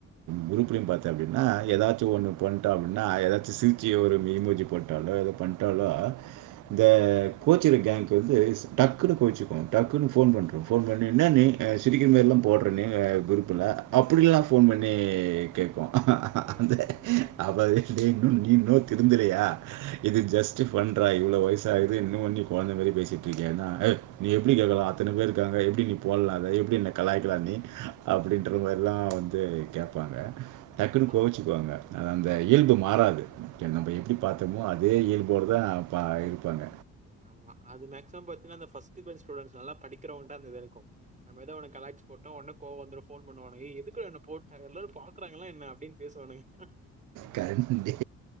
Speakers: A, on the right; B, on the right.
A: குரூப்லயு பாத்த அப்டினா ஏதாச்சு ஒண்ணு பண்ட அப்டினா ஏதாச்சு சில்கீ ஒரு எமோஜி போட்டாலு ஏதோ பண் ட்டாலா இந்த கோச்சிற கேங்க்கு வந்து டக்குன்னு கோச்சுக்கும் டக்குன்னு ஃபோன் பண்றோம் ஃபோன் பண்ணி என்ன நீ அ சிரிக்கிர மேரிலாம் போடுறேன்னே குரூப்பில அப்டிலாம் ஃபோன் பண்ணி கேட்கும்
B: ம்,
A: வந்து
B: ம், ம்.
A: அவது இன்னும் நீ இன்னும் திருந்தலையா இது ஜஸ்ட் ஃபண்றா இவ்ளோ வயசு ஆகுது இன்னும் ஒன்னி குழந்தை மேரி பேசிட்டு இருக்கேன்ன்னா எ நீ எப்டி கேட்கலாம் அத்தனை பேருக்காங்க எப்டி நீ போடலாம் எப்டி என்னை கலாய்க்கலாம் நீ அப்டின்ற மாரிலாம் வந் து கேட்பாங்க டக்குன்னு
B: ஆமா.
A: கோவிச்சுக்குவாங்க அந்த இயல்பு மாறாது ஒகே
B: ம்
A: டி பாத்தோமோ
B: ம், ம்.
A: அதே இயல்போடதா ப இருப்பாங்க
B: ஆமா அது மேக்சிமம் பாத்தீன்னா அந்த ஃபஸ்ட் பெஞ் ஸ்டூடென்ஸ் நல்ல படிக்கிறவன்ட்ட அந்த இது இருக்கும் நம்ம ஏதோ ஒண்ணு காலாய்ச்சு போட்டோம் உடனே கோவம் வந்துரும் போன் பண்ணுவானுங்க ஏ எதுக்குடா என்ன போட்ட எல்லாரும் பாக்குறாங்களா என்ன அப்பின்னு பேசு வானுங்க
A: கண்டே